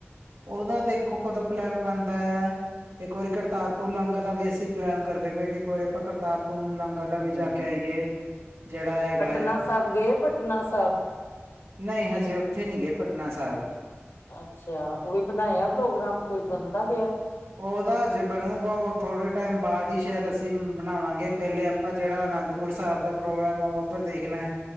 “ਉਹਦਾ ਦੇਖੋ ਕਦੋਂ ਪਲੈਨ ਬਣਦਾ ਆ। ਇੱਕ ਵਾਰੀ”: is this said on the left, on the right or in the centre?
Right